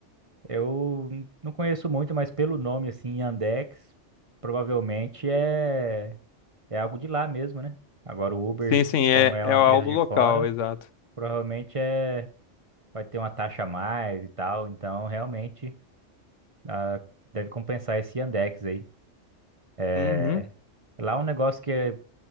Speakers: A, on the right; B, on the left.
A: eu n- não conheço muito, mas pelo nome, assim, Yandex, provavelmente é, é algo de lá mesmo, né? Agora o Uber,
B: Sim, sim, é,
A: como é
B: é
A: uma
B: algo
A: empresa de
B: local,
A: fora.
B: exato.
A: Provavelmente é, vai ter uma taxa a mais e tal, então realmente ah, deve compensar esse Yandex aí.
B: Uhum.
A: É, Lá um negócio que é